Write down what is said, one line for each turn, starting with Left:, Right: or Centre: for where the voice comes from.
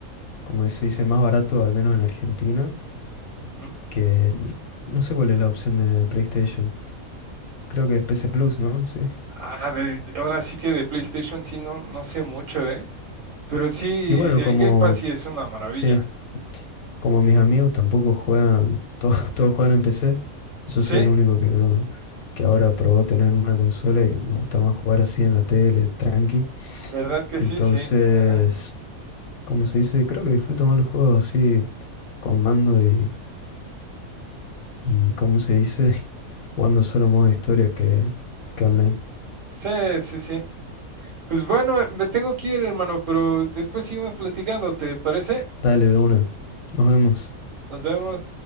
Left: como se dice, más barato, al menos en Argentina,
Right: ujú.
Left: que el- no sé cuál es la opción de PlayStation. Creo que es PC Plus, ¿no? Sí.
Right: Ah, de- de- ahora sí que de PlayStation sí no, no sé mucho, ¿eh? Pero sí,
Left: Y bueno,
Right: el
Left: como
Right: Game Pass sí es una maravilla.
Left: sí, Como mis amigos tampoco juegan, todos, <laughs> todos juegan en PC, yo
Right: Sí,
Left: soy el único que no, que ahora probó tener una consola y me gusta más jugar así en la tele, tranqui.
Right: ¿verdad que
Left: Entonces,
Right: sí? Sí. Ajá.
Left: como se dice, creo que disfruto más los juegos así con mando y, y como se dice, <laughs> jugando solo modo de historia que, que online.
Right: Sí, sí, sí. Pues bueno, me tengo que ir, hermano, pero después seguimos platicando, ¿te parece?
Left: Dale de una. Nos vemos.
Right: Nos vemos.